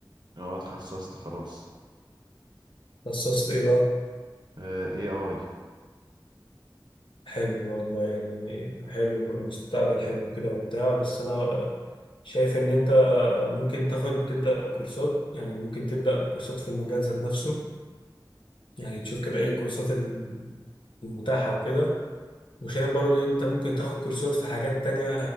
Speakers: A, on the right; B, on the left.
A: اه اتخصصت خلاص
B: تخصصت ايه بقى
A: اي اي
B: حلو والله يعني حلو المستقبل حلو كده وبتاع بس انا شايف ان انت ممكن تاخد تبدا كورسات يعني ممكن تبدا كورسات في المجال ذات نفسه يعني تشوف كده ايه الكورسات الم- المتاحه وكده وشايف برضو ان انت ممكن تاخد كورسات في حاجات تانية